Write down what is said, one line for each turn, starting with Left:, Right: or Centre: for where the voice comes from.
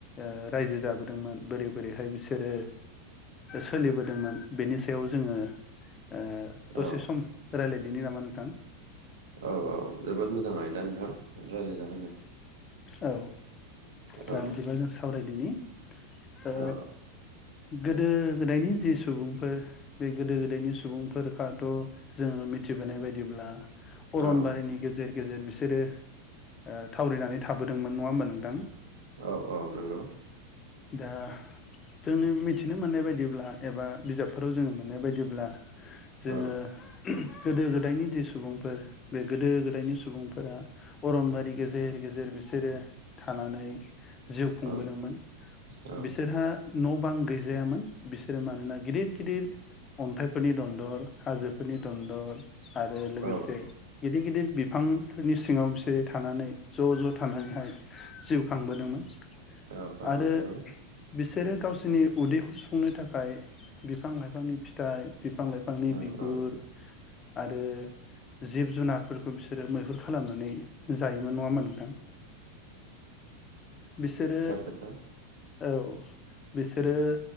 Left: ओ रायजो जाबोदोंमोन बोरै बोरैहाय बिसोरो सोलिबोदोंमोन बेनि सायाव जोङो ओ दसे
Right: औ
Left: सम रायज्लायदिनि नामा नोंथां
Right: औ औ जोबोद मोजां आयदा नोंथां। रायज्लायजागोन दे।
Left: औ
Right: औ
Left: दा बिदिबा जों सावरायदिनि ओ
Right: औ
Left: गोदो गोदायनि जि सुबुंफोर बे गोदो गोदायनि सुबुंफोरखौथ' जोङो मिथिबोनाय बायदिब्ला अरनबारिनि
Right: औ
Left: गेजेर गेजेर बिसोरो ओ थावरिनानै थाबोदोंमोन नङा होमबा नोंथां।
Right: औ औ नंगौ
Left: दा जोंनि मिथिनो मोननाय बायदिब्ला एबा बिजाबफोराव जोङो मोननाय बायदिब्ला जोङो
Right: औ
Left: गोदो गोदायनि जि सुबुंफोर बे गोदो गोदायनि सुबुंफोरा अरनबारि गेजेर गेजेर बिसोरो थानानै जिउ खुंबोदोंमोन
Right: औ औ
Left: बिसोरहा न' बां गैजायामोन बिसोरो मानोना गिदिर गिदिर अन्थाइफोरनि दन्दर हाजोफोरनि दन्दर आरो लोगोसे
Right: औ
Left: गिदिर गिदिर बिफांफोरनि सिङाव बि सोरो थानानै ज' ज' थानानैहाय जिउ खांबोदोंमोन।
Right: औ औ
Left: आरो
Right: नंगौ।
Left: बिसोरो गावसोरनि उदैखौ सुफुंनो थाखाय बिफां लाइफांनि फिथाइ बिफां लाइफांनि
Right: औ
Left: बिगुर
Right: औ
Left: आरो जिब जुनारफोरखौ बिसोरो मैहुर खालामनानै जायोमोन नङा होनबा नोंथां? बिसोरो
Right: थार खोथा
Left: औ बिसोरो